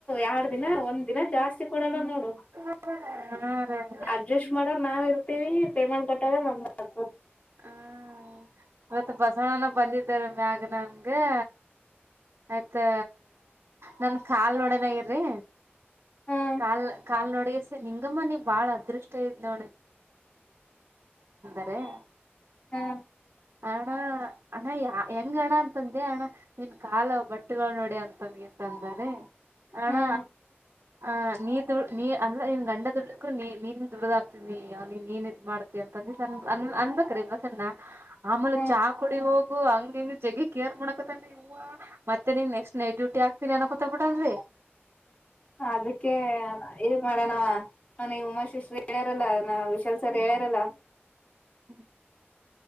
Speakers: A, on the left; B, on the right.
A: ಎರಡ್ ದಿನ ಒಂದ್ ದಿನ ಜಾಸ್ತಿ ಕೊಡಲ್ಲ ನೋಡು.
B: ಹುನ್ರಿ.
A: ಅಡ್ಜಸ್ಟ್ ಮಾಡ ನಾವು ಇರ್ತೀವಿ ಪೇಮೆಂಟ್ ಕಟ್ಟಾಕೊಂದು ನಮ್ದು.
B: ಹ್ಮ್ ಇವತ್ತ ಬಸವಣ್ಣನು ಬಂದಿದ್ದಾರ ಮ್ಯಾಗ ನನ್ಗೆ. ಆಯ್ತಾ ನನ್ ಕಾಲ್ ನೋಡೋದು ಆಗರಿ.
A: ಹ್ಮ್
B: ಕಾಲ್ ಕಾಲ್ ನೋಡಿ. ನಿಂಗಮ್ಮ ನಿನ್ ಬಾಳ ಅದೃಷ್ಟ ಅಯ್ತೆ <unintelligible>
A: ಹ್ಮ್.
B: ಅಣ್ಣ ಅಣ್ಣ ಹೆಂಗಣ್ಣ. ಅಂದೇ ಅಣ್ಣ ನಿನ್ನ ಕಾಲು ಬೆಟ್ಟುಗಳು ನೋಡೇ ಅಂತ ಅಂತಾನೆ. ಅಣ್ಣ
A: ಹ್ಮ್
B: ಆ ನಿನ್ ದುಡಿದ್ರು ಅಂದ್ರ ನೀನ್ ಗಂಡ ದುಡ್ಲಿಕ ನೀ ನೀನ್ ದುಡ್ಡಿದು ಆಗ್ತೀಯಾ. ನೀನು ಇದು ಮಾಡ್ತೀನಿ ಅಂತ ಅಂದ್ರು. ಕರಿ ಬಸಣ್ಣ ಆಮೇಲೆ
A: ಹ್ಮ್
B: ಚಾ ಕುಡಿ ಹೋಗು ಹಂಗ ಹಂಗ ಜಗಿ ಕೇರ್ ಮಾಡಕಾತನ. ಮತ್ತೆ ನೀನ್ ನೆಕ್ಸ್ಟ್ ನೈಟ್ ಡ್ಯೂಟಿ ಆಕ್ತೀನೀ ಅನ್ನ ಕುತಂನ್ರೀ.
A: ಅದಕ್ಕೆ ಇ ಮಾಡಣವ ನ ಈ ಉಮಾಶಿ ಶ್ರೀ ಹೇಳ್ಯಾರಲ್ಲ ನಾ ವಿಶಲ್ ಸರ್. ಸರ್ ಹೇಳ್ಯಾರಲ್ಲಾ.
B: ಹು